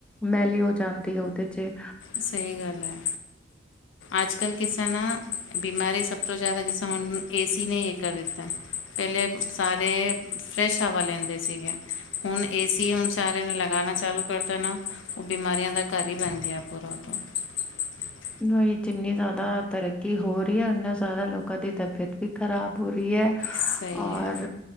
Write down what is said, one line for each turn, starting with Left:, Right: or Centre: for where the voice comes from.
Centre: ਮੈਲ਼ੀ ਹੋ ਜਾਂਦੀ ਆ ਤੇ ਜੇ
Left: ਸਹੀ ਗੱਲ ਐ। ਅੱਜ-ਕੱਲ੍ਹ ਕਿਸੇ ਨਾ ਬਿਮਾਰੀ ਸਭ ਤੋਂ ਜ਼ਿਆਦਾ, ਜਿਸ ਤਰਾ ਹੁਨ ਏਸੀ ਨੇ, ਇਹ ਕਰ ਦਿੱਤਾ। ਪਹਿਲੇ ਸਾਰੇ, ਫਰੈਸ਼ ਹਵਾ ਲੈਂਦੇ ਸੀਗੇ। ਹੁਣ ਏਸੀ, ਹੁਣ ਸਾਰਿਆਂ ਨੇ ਲਗਾਣਾ ਚਾਲੂ ਕਰਤਾ ਨਾ। ਉਹ ਬਿਮਾਰੀਆਂ ਦਾ ਘਰ ਈ ਬਣ ਗਿਆ ਪੂਰਾ। <inaudible>
Centre: ਨਈ, ਜਿੰਨੀ ਜ਼ਿਆਦਾ ਤਰੱਕੀ ਹੋ ਰਹੀ ਐ। ਓਨਾ ਜ਼ਿਆਦਾ ਲੋਕਾਂ ਦੀ ਤਬੀਅਤ ਵੀ ਖ਼ਰਾਬ ਹੋ ਰੀਐ।
Left: ਸਹੀ
Centre: ਔਰ
Left: ਹੈ